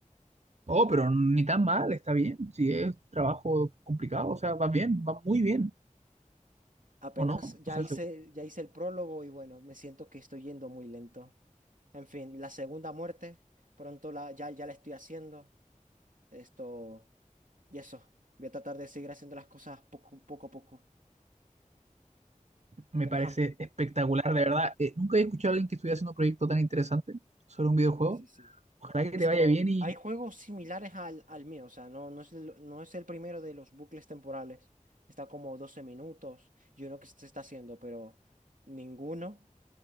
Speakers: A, on the right (about 55°); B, on the right (about 75°).
A: Oh, pero ni tan mal, está bien. Si es trabajo complicado, o sea, va bien, va muy bien,
B: Apenas
A: ¿o no?
B: ya
A: O sea,
B: hice,
A: se-
B: ya hice el prólogo y bueno, me siento que estoy yendo muy lento. En fin, la segunda muerte, pronto la, ya, ya la estoy haciendo. Esto y eso. Voy a tratar de seguir haciendo las cosas poco, poco a poco.
A: me
B: Pero
A: parece
B: ajá.
A: espectacular, de verdad. Eh, nunca he escuchado a alguien que estuviera haciendo un proyecto tan interesante sobre un videojuego.
B: Sí, sí, sí.
A: Ojalá
B: Esto,
A: que te vaya bien y
B: hay juegos similares al, al mío, o sea, no, no es el, no es el primero de los bucles temporales. Está como 12 minutos y uno que se está haciendo, pero ninguno,